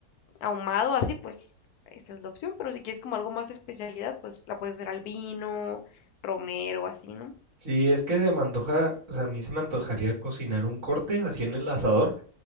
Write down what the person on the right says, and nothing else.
Sí, es que se me antoja, o sea, a mí se me antojaría cocinar un corte así en el asador,